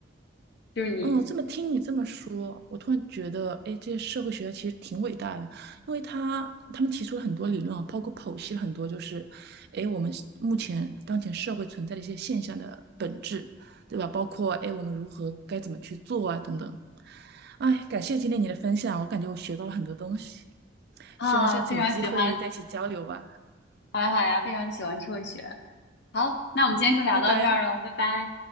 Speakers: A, on the left; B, on the right.
A: 就是你
B: 嗯，这么听你这么说，我突然觉得，哎，这些社会学家其实挺伟大的，因为他他们提出了很多理论啊，包括剖析了很多，就是，哎，我们目前当前社会存在的一些现象的本质，对吧？包括哎，我们如何该怎么去做啊，等等。哎，感谢今天你的分享，我感觉我学到了很多东西，
A: 啊，
B: 希望下次有机会再一起交流吧。
A: 非常喜欢，好呀好呀，非常喜欢社会学。好，那我们今天就聊到这儿了，
B: 嗯哼，拜拜。
A: 拜拜。